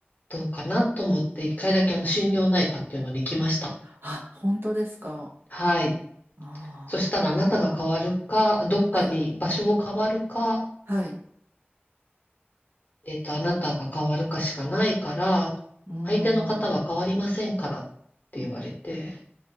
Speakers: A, on the left; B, on the right.
A: どうかなと思って一回だけあの心療内科っていうのに行きました。
B: あ、本当ですか。
A: はい。
B: ああ、
A: そしたらあなたが変わるか、どっかに場所を変わるか、
B: はい。はい。
A: えっと、あなたが変わるかしかないから、
B: うーん、
A: 相手の方は変わりませんからっ
B: う
A: て言われて、